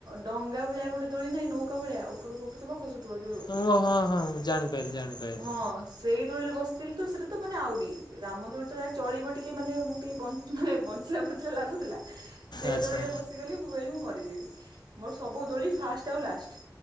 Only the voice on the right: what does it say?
ଡଙ୍ଗା ଭଳିଆ ଗୋଟେ ଦୋଳି ନାଇଁ ନୌକା ଭଳିଆ ଉପରୁ କୁଟୁଥିବ ଖସୁ ଯୋଉ
ହଁ ସେଇଦୋଳିରେ ବସ୍ ସିଲ୍ ତ ସେଟା ତ ମାନେ ଆହୁରି ରାମଦୋଳି ଯା ଚଳିବ ଟିକେ ଟିକେ ମାନେ ମୁଁ ଟିକେ ମାନେ ବଞ୍ଚିଲା ବଞ୍ଚିଲା ଲାଗୁଥିଲା ସେ
ଦୋଳିରେ ବଶିଗଲି ମୁଁ କହିଲି ମୁଁ ମରି ଯି ମୋର ସବୁ ଦୋଳି ଫାଷ୍ଟ ଆଉ ଲାଷ୍ଟ